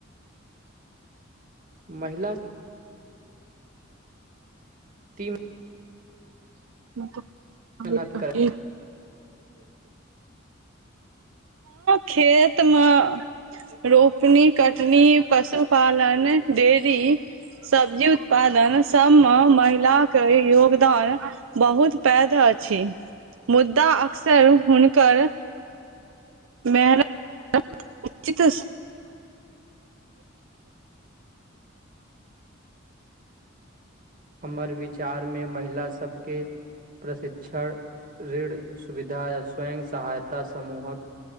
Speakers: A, on the right; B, on the right.
A: महिला तीन
B: <inaudible> हँ
A: मेहनत कर
B: खेतमे रोपनी कटनी पशुपालन डेरी सब्जी उत्पादन सब मे महिलाक योगदान बहुत पैघ अछि मुद्दा अक्सर हुनकर मेहनत उचित <unintelligible>
A: हमर विचारमे महिला सभके प्रशिक्षण ऋढ़ सुविधा य स्वयं सहायता समूहक